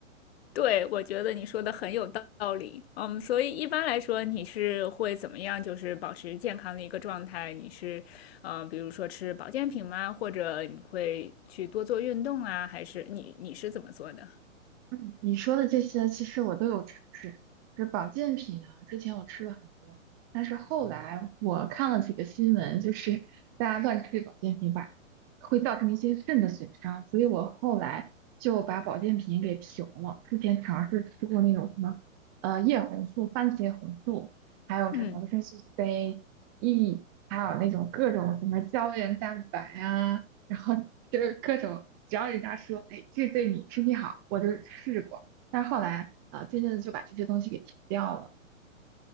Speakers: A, on the left; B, on the right.
A: 对，我觉得你说的很有道理。嗯，所以一般来说，你是会怎么样，就是保持健康的一个状态？你是，嗯、比如说吃保健品吗？或者你会去多做运动啊？还是你你是怎么做的？
B: 嗯，你说的这些其实我都有尝试。就是保健品呢，之前我吃了很多，但是后来我看了几个新闻，就是大家乱吃保健品吧，会造成一些肾的损伤，所以我后来就把保健品给停了。之前尝试吃过那种什么，呃，叶红素、番茄红素，还有什么维生素
A: 嗯，
B: C、E，还有那种各种什么胶原蛋白啊，然后。就是各种，只要人家说，哎，这对你身体好，我就试过。但是后来啊、呃，渐渐的就把这些东西给停掉了。